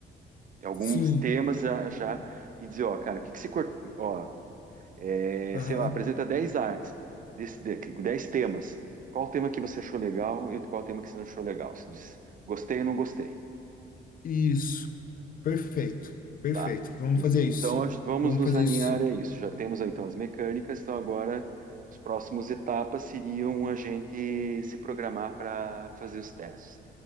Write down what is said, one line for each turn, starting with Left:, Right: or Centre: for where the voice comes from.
Right: alguns
Left: Sim,
Right: temas já, já e dizer, ó, cara, o que que se cor- ó, é,
Left: aham,
Right: sei lá, apresenta 10 artes, desse, de- 10 temas. Qual o tema que você achou legal e qual o tema que você não achou legal? Você diz, gostei ou não gostei,
Left: isso, perfeito, perfeito.
Right: tá?
Left: Vamos fazer isso,
Right: Então,
Left: sim.
Right: acho que vamos
Left: Vamos
Right: nos
Left: fazer
Right: alinhar
Left: isso, sim.
Right: a isso. Já temos aí, então, as mecânicas, então agora as próximas etapas seriam a gente se programar para fazer os testes.